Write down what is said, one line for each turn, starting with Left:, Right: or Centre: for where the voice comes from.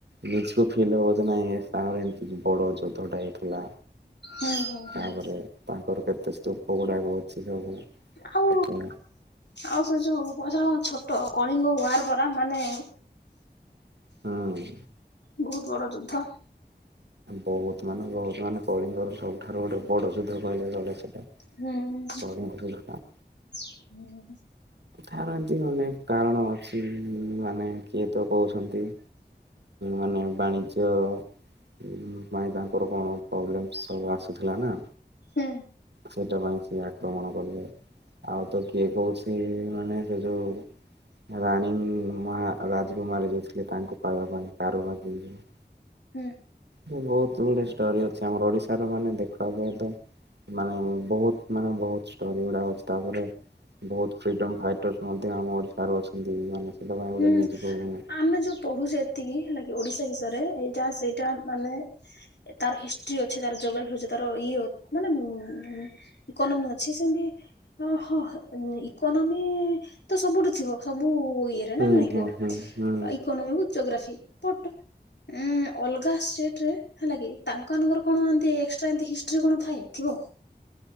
Right: ନିଜ ଫ ହଉ ନାଇଁ ସାଙ୍ଗ ଏମି ବଡ ଯୋଦ୍ଧଟା ହେଇଥିଲା।
Left: ହୁଁ ହୁଁ ହୁଁ ହୁଁ
Right: ତାପରେ ତାଙ୍କର କେତେ ସ୍ତୂପ ଗୁଡାକ ଅଛି ସବୁ ସେଠ
Left: ଆଉ ଆଉ ସେ ଯୋଉ ଗଛ କଣ ଛୋଟ କଳିଙ୍ଗ ଉୁାର ପରା ମାନେ
Right: ହଁ।
Left: ବହୁତ ବଡ ଯୁଦ୍ଧ।
Right: ବହୁତ ମାନେ ବହୁତ ମାନେ କଳିଙ୍ଗର ସବୁଠାରୁ ଗୋଟେ ବଡ ଯୁଦ୍ଧ କହିଲେ ଚଳେ ସେଟା
Left: ହୁଁ ହୁଁ
Right: <unintelligible>
Left: <unintelligible>
Right: ତାର ଏମତି ଅନେକ କାରଣ ଅଛି ମାନେ କିଏ ତ କହୁଛନ୍ତି। ମାନେ ବାଣିଜ୍ୟ ଉମ ପାଇଁ ତାଙ୍କର କଣ ପ୍ରୋବ୍ଲେମ୍ ସବୁ ଆସୁଥିଲା ନା
Left: ହୁଁ।
Right: ସେଇଟା ପାଇଁ ସିଏ ଆକ୍ରମଣ କଲେ, ଆଉ ତ କିଏ କହୁଛି ମାନେ ସେ ଯୋଉ ରାଣୀ ମହା ରାଜକୁମାରୀ ଯୋଉଥିଲେ ତାଙ୍କୁ ପାଇବା ପାଇଁ। <unintelligible>
Left: ହୁଁ।
Right: ବହୁତ ଗୁଡେ ଷ୍ଟୋରି ଅଛି ଆମର ଓଡିଶା ର ମାନେ ଦେଖିବାକୁ ତ ମାନେ ବହୁତ ମାନେ ବହୁତ ଷ୍ଟୋରି ଗୁଡା ଅଛି। ତାପରେ ବହୁତ ଫ୍ରିଡମ ଫାଇଟର୍ସ ମଧ୍ୟ ଆମ ଓଡିଶାରୁ ଅଛନ୍ତି ମାନେ ସେଟା ପାଇଁ ଗୋଟେ
Left: ହୁଁ
Right: ନିଜକୁ ହୁଁ
Left: ଆମେ ଯୋଉ ପଢୁଚେ ଏତିକି ହେଲା କି -ଓଡିଶା ବିଷୟରେ ଏଇଟା ସେଇଟା ମାନେ ଏ ତାର ହିଷ୍ଟ୍ରି ଅଛି, ତାର ଜୋଗ୍ରାଫି ଅଛି, ତାର ଇଏ ମାନେ ଉଁ <unintelligible> ସେମତି ଓହଁ ହ ଇକୋନୋମି ତ ସବୁଠୁ ଥିବ ସବୁ ଇଏରେ
Right: ହୁଁ
Left: <unintelligible> ଜୋଗ୍ରାଫି
Right: ହୁଁ ହୁଁ ହୁଁ
Left: ପଟ ଉ ଅଲଗା ଷ୍ଟେଟ ରେ ହେଲା କି ତାଙ୍କମାନଙ୍କର କଣ ଏନତି ଏଷ୍ଟ୍ରା ଏନତି ହିଷ୍ଟ୍ରି କଣ ଥାଏ ଥିବ ଉମ?